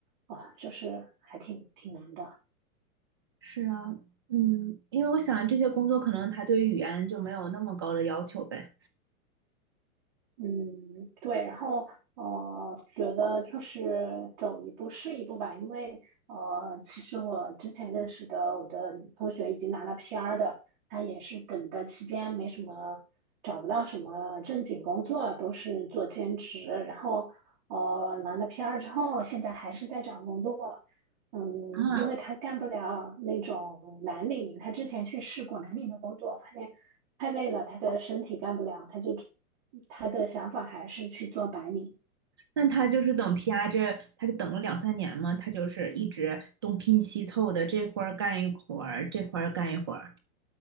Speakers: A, on the right; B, on the right.
A: 啊、就是还挺挺难的。
B: 是啊，嗯，因为我想这些工作可能他对语言就没有那么高的要求呗。
A: 嗯，对，然后呃，觉得就是走一步是一步吧，因为呃，其实我之前认识的我的同学已经拿了 PR 的，他也是等的期间没什么找不到什么正经工作，都是做兼职，然后呃拿了 PR 之后，现在还是在找工作，嗯，
B: 啊，
A: 因为他干不了那种蓝领，他之前去试过蓝领的工作，发现。太累了，他的身体干不了，他就他的想法还是去做白领。
B: 那他就是等 PR 这，他就等了两三年嘛，他就是一直东拼西凑的，这块儿干一会儿，这块儿干一会儿。